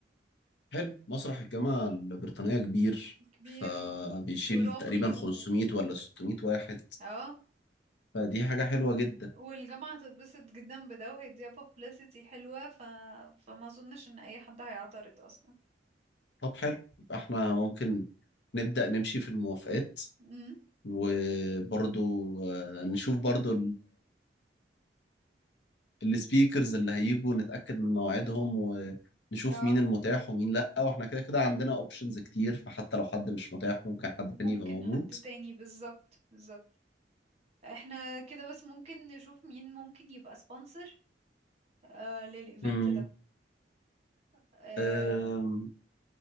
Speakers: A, on the left (about 75°); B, on the right (about 35°).
A: حلو مسرح الجامعة البريطانية كبير
B: كبير
A: فبيشيل
B: و- وراقي
A: تقريبا
B: و...
A: 500 ولا 600 واحد
B: اه
A: فدي حاجة حلوة جدا
B: والجامعة هتتبسط جدا بده وهيديها publicity حلوة ف... فما اظنش ان اي حد هيعترض اصلا
A: طب حلو يبقى احنا ممكن نبدأ نمشي في الموافقات
B: امم
A: وبرضو آه، نشوف برضو السبيكرز اللي هيجوا نتأكد من مواعيدهم ونشوف
B: اه
A: مين المتاح ومين لأ واحنا كده كده عندنا اوبشنز كتير فحتى لو حد مش متاح ممكن حد
B: ممكن
A: تاني يبقى موجود
B: حد تاني بالظبط بالظبط احنا كده بس ممكن نشوف مين ممكن يبقى سبونسر آه للايفنت
A: امم
B: ده آه
A: أم،